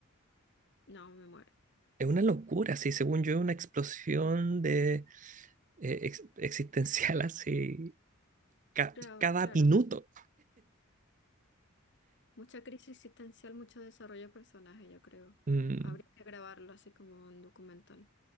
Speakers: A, on the left (about 60°); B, on the right (about 40°).
A: no, me muero.
B: Es una locura, sí, según yo, una explosión de, eh, ex- existencial <laughs> así ca-
A: Claro,
B: cada
A: claro.
B: minuto.
A: Mucha crisis existencial, mucho desarrollo de personaje, yo creo.
B: Mm,
A: Habría que grabarlo así como un documental.